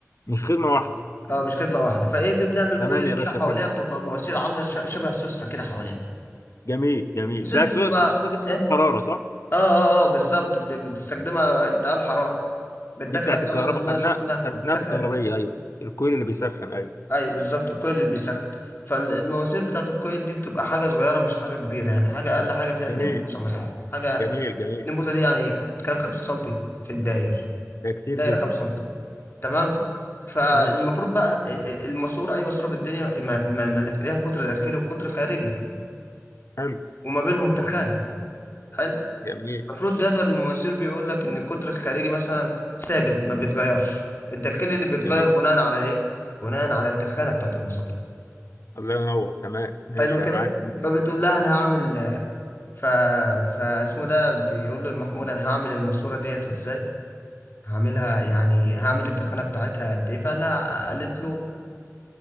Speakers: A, on the left (about 65°); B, on the left (about 45°).
A: مش خدمه واحده
B: اه مش خدمة واحدة فايه في بنعمل
A: تمام
B: كويل
A: يا باشا
B: كده حواليها
A: فهمت
B: بتبقى مواسير عاملة ش- شبه السوستة كده حواليها
A: جميل جميل
B: المواسير
A: ده
B: دي بتبقى
A: سو- سو- دي سوسه
B: ايه؟
A: حراره صح
B: اه اه اه بالظبط بت- بتستخدمها انتقال حرارة بتدخل
A: دي بتاعت
B: فيها
A: الكهرباء
B: مثلا ميه
A: خدناها
B: سخنة
A: خدناها
B: تسخن
A: في الكهربيه ايوه الكويل اللي بيسخن ايوه
B: ايوه بالظبط الكويل اللي بيسخن فالمواسير بتاعت الكويل دي بتبقى حاجه صغيره مش حاجه كبيره يعني حاجه اقل حاجه فيها 2
A: جميل
B: بوصه مثلا حاجه
A: جميل جميل
B: 2 بوصه دي يعني بتتكلم في 5 سم في الداير
A: ده كتير
B: دايره
A: جدا
B: 5 سم تمام فالمفروض
A: ماشي
B: بقى ال- ال- الماسوره اي ماسوره في الدنيا ما ما ما ليها قطر داخلي وقطر خارجي
A: حلو
B: وما بينهم تخانه حلو
A: جميل
B: المفروض جدول المواسير بيقول لك ان القطر الخارجي مثلا ثابت ما بيتغيرش الداخلي اللي بيتغير
A: جميل
B: بناء على ايه بناء على التخانه بتاعت الماسوره
A: الله ينور تمام ماشي
B: حلو كده
A: انا معاك
B: فبتقول لها انا هعمل ف فاسمه ده بيقول له المحمود انا هعمل الماسوره ديت ازاي هعملها يعني هعمل التخانه بتاعتها قد ايه فقال لها قالت له